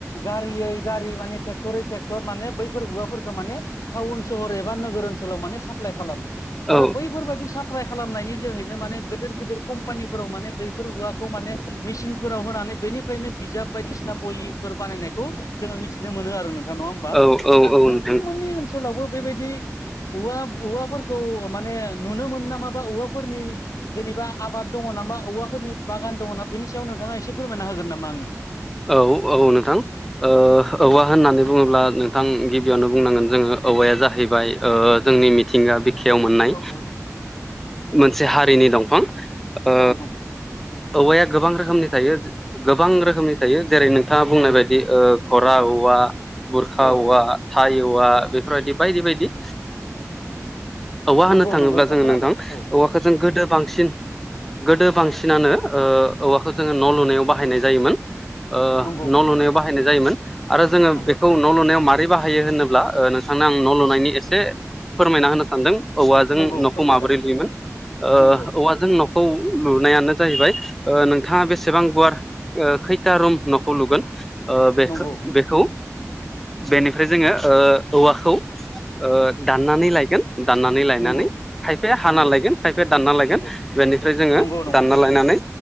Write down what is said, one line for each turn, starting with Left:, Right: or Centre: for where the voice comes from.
Left: गारियै गारि माने टेक्टरै टेक्टर माने बैफोर औवाफोरखौ माने टाउन सहर एबा नोगोर ओनसोलाव माने साप्लाइ खालामो आरो
Centre: औ
Left: बैफोरबायदि साप्लाइ खालामनायनि जोहैनो माने गोदोर गोदोर कम पानिफोराव माने बैफोर औवाखौ माने मेसिनफोराव होनानै बेनिफ्रायनो बिजाब बायदिसिना बहिफोर बानायनाय खौ जोङो मिथिनो मोनो आरो नोंथां नङा होमबा
Centre: औ औ
Left: दा
Centre: औ
Left: नोंथांमोननि
Centre: नोंथां
Left: ओनसोलावबो बेबायदि औवा औवाफोरखौ माने नुनो मोनो नामाबा औवाफोरनि जेनेबा आबाद दङ नामा औवाफोरनि बागान दङ ना बेनि सायाव नोंथाङा एसे फोरमायना होगोन नामा आंनो?
Centre: औ औ नोंथां।
Left: औ
Centre: औवा होननानै बुङोब्ला नोंथां। गिबियावनो बुंनांगोन जोङो औवाया जाहैबाय जोंनि मिथिंगा बिखायाव मोननाय
Left: औ नंगौ
Centre: मोनसे हारिनि दंफां। ओ
Left: औ नंगौ।
Centre: औवाया गोबां रोखोमनि थायो। गोबां रोखोमनि थायो जेरै नोंथाङा बुंनाय बायदि बे घरा औवा बुरखा
Left: औ
Centre: औवा थाय औवा बेफोरबायदि बायदि बायदि औवा
Left: नंगौ
Centre: होननो थाङोब्ला
Left: नंगौ
Centre: जोङो
Left: खोनादों
Centre: नोंथां औवाखो
Left: औ
Centre: जों गोदो बांसिन गोदो बांसिनानो ओ औवाखौ जोङो न' लुनायाव बाहायनाय जायोमोन ओ
Left: नंगौ
Centre: न'
Left: नंगौ
Centre: लुनायाव
Left: नोंथां
Centre: बाहायनाय जायोमोन आरो जोङो
Left: नंगौ
Centre: बेखौ न' लुनायाव मारै बाहायो होनोब्ला ओ नोंथांनो आं न' लुनायनि एसे फोरमायना होनो सानदों औवाजों
Left: नंगौ
Centre: न'खौ
Left: फोरमायजागोन
Centre: माबोरै लुयोमोन ओ
Left: नंगौ
Centre: औवाजों न'खौ खौ लुनायानो जाहैबाय ओ नोंथाङा बेसेबां गुवार ओ खै ता रुम न'खौ लुगोन ओ बेखो
Left: नंगौ
Centre: बेखौ बेनिफ्राय जोङो ओ औवाखौ ओ दाननानै लायगोन दाननानै लायनानै
Left: नंगौ
Centre: खायफाया हाना
Left: नंगौ
Centre: लायगोन खायफाया दानना लायगोन
Left: नंगौ
Centre: बेनिफ्राय जोङो
Left: नंगौ नंगौ
Centre: दानना
Left: थारैनो
Centre: लायनानै